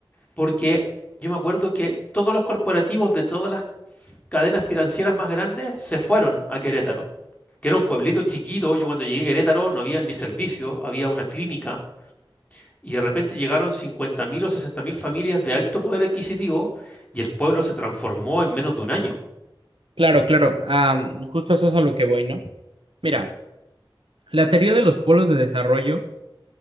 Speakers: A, on the left; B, on the right.
A: porque yo me acuerdo que todos los corporativos de todas las cadenas financieras más grandes se fueron a Querétaro, que era un pueblito chiquito. Yo cuando llegué a Querétaro no había ni servicio, había una clínica. Y de repente llegaron 50.000 o 60.000 familias de alto poder adquisitivo y el pueblo se transformó en menos de un año.
B: claro, claro, ah, justo eso es a lo que voy, ¿no? Mira, la teoría de los polos de desarrollo